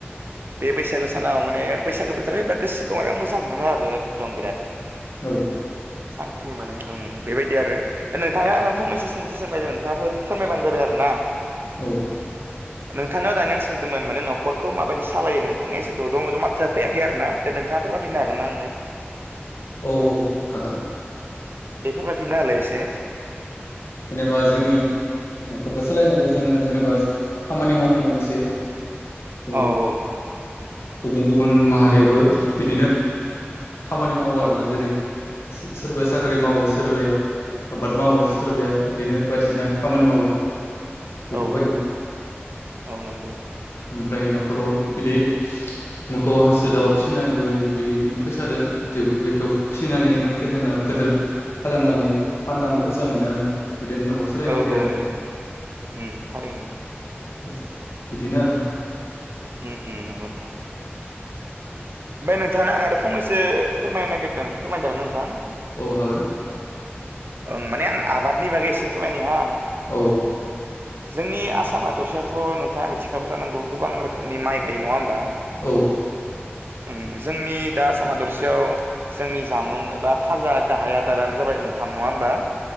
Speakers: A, on the right; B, on the left.
A: बे बैसागो सानाव माने बैसागो बोथोर फायबा गोसोखौ माबबा मोजां मोनो आरो एकदम बिराद।
B: औ
A: सान्थि मोनो ओं बेबायदि आरो ओ नोंथांनाव आङो फंनैसो सोंथि सोंनायदोमोन नोंथाङा फोर फोरमायबानो जाबाय आरो ना
B: औ
A: ओ नों थांनाव दानि आं सोंदोंमोन माने नखरखौ माबायदि सालायो नोंथांनिया एसे दद' मद' माथोआ फैयाखै आरो ना दे नोंथाङा फोरमाय फिननो हागोन ना आंनो।
B: औ-औ हागोन।
A: बेफोरमाय फिनना होलाय एसे।
B: जेनेबा जोंनि नखरखो सालायनोबा जोङो जेनेबा खामानि मावनांगोन एसे। जेनेबा
A: औ-औ
B: गुबुन गुबुन माहारियाबो। बिदिनो खामानि मावो
A: औ
B: आरोना जेरै। सो सोरबाया साख्रि मावो सोरबाया आबाद मावो।
A: उम
B: सोरबाया बिदिनो बायदिसिना खामानि मावो। बेफोरबायदि
A: औ औ नंगौ
B: ओमफ्राय नखराव बिदि मोखौ हांसो दाउ फिसिनानैबो बि-इदि फैसादों जेबो बेखौ फिसिनानै जों फेदेरना गोदोर खालामनानै फाननानै फैस सा मोनो आरोना। बिदिनो न'खर सालायनो
A: औ-औ
B: हायो आरो
A: नंगौ ओम थारैनो।
B: ओ बिदिनो आरो।
A: उम उम नंगौ नोंथां। ओमफ्राय नोंथाङा आरो फुंनैसो फोरमायनो नागिर दों फोरमाय जागोनना नोंथां।
B: औ हागोन
A: ओं माने आं आबादनि बागै एसे फोरमायनि हा।
B: औ
A: जोंनि आसाम हादरसायावथ नोंथाङा मिथिखागौ जानांगौ गोबां रोखोमनि माइ गायो नङा होम
B: औ
A: ओं जोंनि दा आसाम हादरसायाव जोंनि जामुं एबा। खाजा गाहाय आदारानो जाबाय ओंखाम नङा होमबा